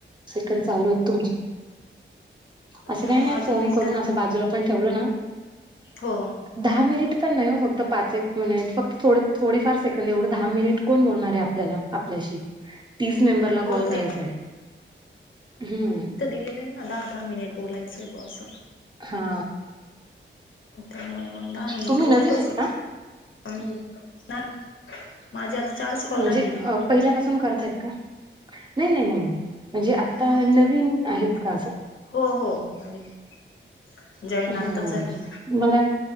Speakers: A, on the right; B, on the left.
A: सेकद चालू आहेत तुमचे, असं
B: हो
A: काही नाही
B: अजून
A: फोन
B: मिनटं
A: करून असं बाजूला पण ठेवलं ना
B: हो.
A: दहा मिनिट पण नाही हो फक्त पाच एक मिनिट. फक्त थोडे थोडेफार सेकंड एवढं दहा मिनिट कोण बोलणार आहे आपल्याला आपल्याशी. तीस मेंबरला
B: हो
A: कॉल
B: ते
A: करायचा आहे, हम्म.
B: दिलय ना दहा दहा मिनिट बोलायचंय बो अस.
A: हा.
B: त्यामुळे मग दहा मिनिट
A: तुम्ही
B: बोलतोच
A: नवीन आहेत का
B: <unintelligible> माझे आता चारच कॉल
A: म्हणजे
B: राहिलेलेत.
A: अ, पहिल्यापासून करतायेत का? नाही नाही नाही, म्हणजे आता
B: मग
A: नवीन आहेत का असं?
B: हो हो नवीन, जॉईन
A: हम्म
B: आत्ताच झाले.
A: मला,